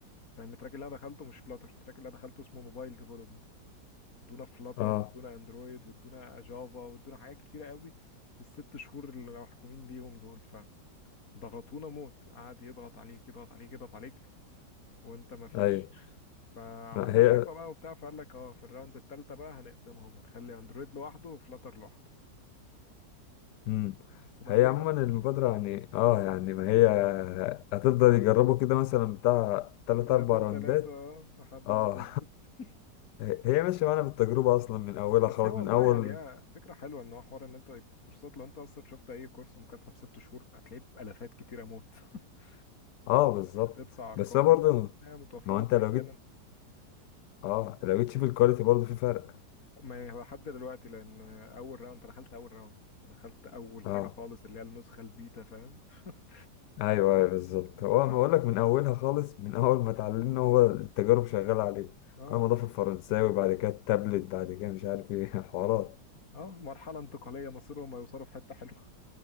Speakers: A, on the left; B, on the left.
A: لان التراك اللي انا دخلته مش فلاتر التراك اللي انا دخلته اسمه موبايل ديفلوبمنت ادونا فلاتر
B: اه
A: وادونا اندرويد وادونا جافا وادونا حاجات كتيره قوي في الست شهور اللي محكومين بيهم دول ضغطونا موت قعد يضغط عليك يضغط عليك يضغط عليك وانت ما فيش
B: ايوه
A: فعملنا
B: ما هي
A: شكوى بقى وبتاع فقال لك اه في الراوند التالتة بقى هنقسمهم هنخلي اندرويد لوحده وفلاتر لوحده
B: مم.
A: بس بعدين
B: هي عموما
A: بقى
B: المبادرة يعني اه يعني ما هي هتفضل يجربوا كده مثلا بتاع تلات
A: سنتين
B: أربع راوندات
A: تلاتة آه، لحد
B: اه
A: ما تظبط <laughs>
B: <laughs> هي ماشية معانا بالتجربة أصلا من أولها
A: بس
B: خالص
A: هي والله
B: من أول
A: يعني هي فكرة حلوة ان هو حوار ان انت الكورسات لو انت اصلا شفت اي كورس مكثف ست شهور هتلاقيه بألافات كتيرة موت <laughs>
B: اه بالظبط
A: هتدفع ارقام
B: بس هو برضه
A: فهي متوفرة
B: ما هو أنت
A: مجانا
B: لو جيت اه لو جيت تشوف الكواليتي برضه في فرق
A: ما هو لحد دلوقتي لان اول راوند انت دخلت اول راوند انت دخلت اول
B: اه
A: حاجه خالص اللي هي النسخه البيتا فاهم <laughs>
B: ايوه ايوه بالظبط هو
A: انا
B: بقول لك من اولها خالص من اول ما اتعلمنا هو التجارب شغاله عليه
A: اه
B: اول ما ضاف الفرنساوي بعد كده التابلت بعد كده مش عارف ايه <laughs> حوارات
A: اه مرحله انتقاليه مصيرهم هيوصلوا في حته حلوه